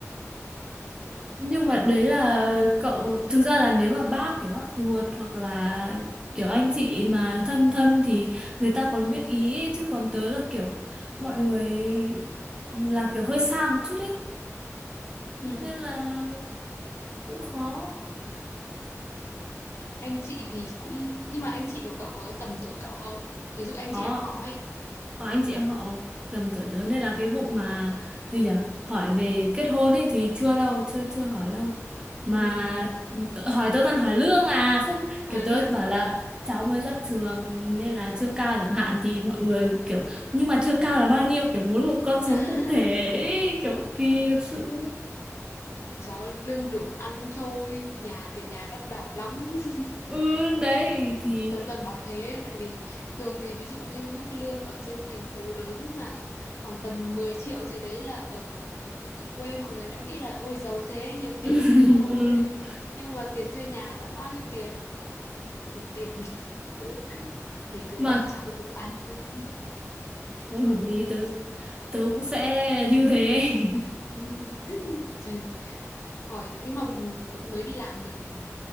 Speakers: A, on the right (about 15°); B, on the left (about 55°).
A: nhưng mà đấy là cậu thực ra là nếu mà bác kiểu bác ruột hoặc là kiểu anh chị mà thân thân thì người ta còn biết ý ấy, chứ còn tớ là kiểu mọi người là kiểu hơi xa một chút ấy
B: ừ.
A: nên là cũng khó
B: anh chị thì cũng nhưng mà anh chị của cậu có tầm tuổi cậu không ví dụ anh
A: có
B: chị em họ ấy
A: có anh chị em họ tầm tuổi tới nên là cái vụ mà gì nhỉ hỏi về kết hôn ấy thì chưa đâu chưa chưa hỏi đâu mà
B: ừ, ừ.
A: tớ- hỏi tớ toàn hỏi lương à không
B: À,
A: kiểu tớ
B: lương...
A: bảo là cháu mới ra trường nên là chưa cao chẳng hạn thì mọi người kiểu nhưng mà chưa cao là bao nhiêu kiểu muốn một con
B: <laughs>
A: số cụ thể ấy, kiểu kỳ thật sự
B: cháu lương đủ ăn thôi nhà tiền nhà đắt đỏ lắm <laughs>
A: ừ đấy thì
B: Tớ toàn bảo thế tại vì thường thì ví dụ như mức lương ở trên thành phố lớn mà khoảng tầm 10 triệu gì đấy là ở ở, ở quê mọi người đã nghĩ là ôi giàu thế, nhiều tiền
A: <laughs>
B: thế rồi.
A: ừ,
B: Nhưng mà tiền thuê nhà đã bao nhiêu tiền rồi, bao nhiêu là đủ tiền <laughs> thì cứ
A: mà
B: bảo cháu đủ ăn thôi.
A: cũng hợp lý tớ tớ cũng sẽ như thế <laughs>
B: <laughs> Chứ hỏi nhưng mà mới đi làm được ờ,